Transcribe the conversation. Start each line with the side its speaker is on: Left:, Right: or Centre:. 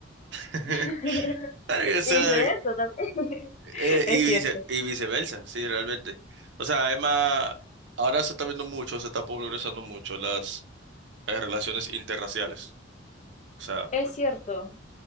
Right: <laughs>
Left: <laughs>
Right: Claro que sea,
Left: Y viceversa también. <laughs>
Right: eh,
Left: Es
Right: y, vice-
Left: cierto.
Right: y viceversa, sí, realmente. O sea, además, ahora se está viendo mucho, se está popularizando mucho las eh, relaciones interraciales. O sea,
Left: Es
Right: por...
Left: cierto.